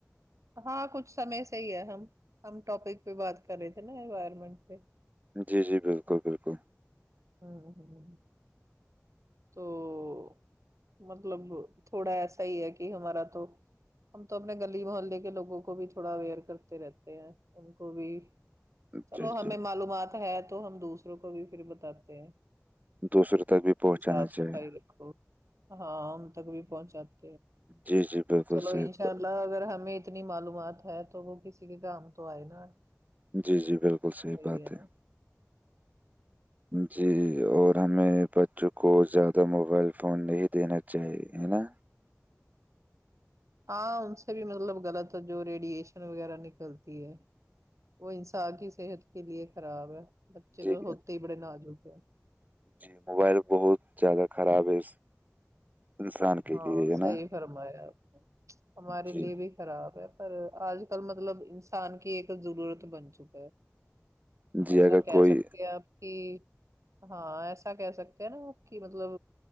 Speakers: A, on the right (about 75°); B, on the right (about 30°).
A: ہاں کچھ سمے سے ہی ہے ہم ہم ٹاپک پہ بات کر رہے تھے نا انوائرمنٹ پہ
B: جی جی بالکل بالکل
A: ہ ہ تو <inaudible> مطلب تھوڑا ایسا ہی ہے کہ ہمارا تو ہم تو اپنے گلی محلے کے لوگوں کو بھی تھوڑا اویئر کرتے رہتے ہیں ان کو بھی چلو
B: جی
A: ہمیں
B: جی
A: معلومات ہے تو ہم دوسروں کو بھی پھر بتاتے ہیں
B: دوسروں تک بھی پہنچانا
A: صاف
B: چاہیے
A: صفائی رکھو ہاں ان تک بھی پہنچات
B: جی جی بالکل
A: چلو
B: صحیح
A: انشاء اللہ اگر ہمیں اتنی معلومات ہے تو وہ کسی کے کام تو آئے نا
B: جی جی بالکل صحیح
A: وہی
B: بات
A: نا
B: ہے جی اور ہمیں بچوں کو زیادہ موبائل فون نہیں دینا چاہیے ہے نا
A: ہاں ان سے بھی مطلب غلط ہے جو ریڈیئیشن وغیرہ نکلتی ہے وہ انسا کی صحت کے لیے خراب ہے بچے
B: جی
A: تو ہوتے ہی بڑے ناجک ہے
B: جی موبائل بہت زیادہ خراب ہے انسان کے
A: ہاں
B: لیے ہے نا
A: صحی فرمایا آپ نے ہمارے
B: جی
A: لیے بھی خراب ہے پر آج کل مطلب انسان کی ایک ضرورت بن چکا ہے
B: جی
A: ایسا
B: اگر
A: کہ
B: کوئی
A: سکتے ہیں آپ کہ ہاں ایسا کہہ سکتے ہیں نا کہ مطلب